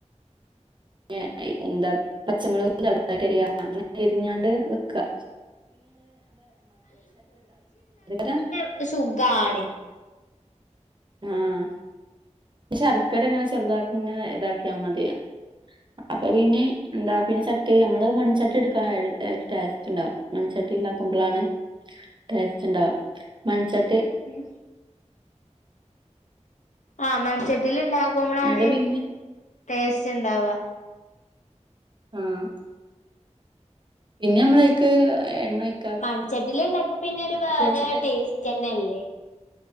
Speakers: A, on the right; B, on the left.
A: ന്നെ എന്താ പച്ചമൊളക് <unintelligible> അങ്ങനെ അരിഞ്ഞാണ്ട് വെക്ക <unintelligible>
B: ഇത് സുഖാണ്
A: ആഹ് ശർക്കരങ്ങനെ ചെറുതാക്കിങ്ങനെ താക്യമതി അപ്പൊ പിന്നെ ന്താ പിന്നെ ചട്ടി അമ്മള് മൺ ചട്ടിട്ക്കാൻ ഒര് ടേസ്റ്റ്ണ്ടാവും മൺ ചട്ടിണ്ടാക്കുമ്പളാണ് ടേസ്റ്റ്‌ണ്ടാവാ മൺചട്ടി
B: ഉം ആഹ് മൺചട്ടില്ണ്ടാക്കുമ്പളാണ്
A: അടെ പിന്നെ
B: ടേസ്റ്റ്ണ്ടാവ
A: ആഹ് പിന്നമ്മളയ്ക്ക് എണ്ണോയ്
B: മൺചട്ടില് ണ്ടാക്ക പിന്നൊരു വേറെ
A: വെച്ചിട്ട്
B: ടേസ്റ്റെന്നല്ലെ